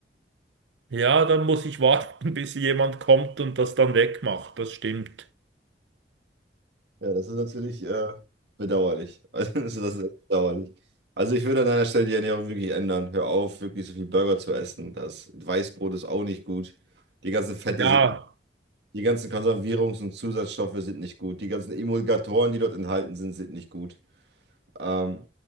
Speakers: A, on the right; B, on the right.
A: Ja, dann muss ich warten, <laughs> bis jemand kommt und das dann wegmacht. Das stimmt.
B: Ja, das ist natürlich äh, bedauerlich. <laughs> Also das ist echt bedauerlich. Also ich würde an deiner Stelle die Ernährung wirklich ändern. Hör auf, wirklich so viel Burger zu essen. Das Weißbrot ist auch nicht gut. Die ganzen Fette
A: Ja,
B: sind Die ganzen Konservierungs- und Zusatzstoffe sind nicht gut. Die ganzen Emulgatoren, die dort enthalten sind, sind nicht gut. Ähm,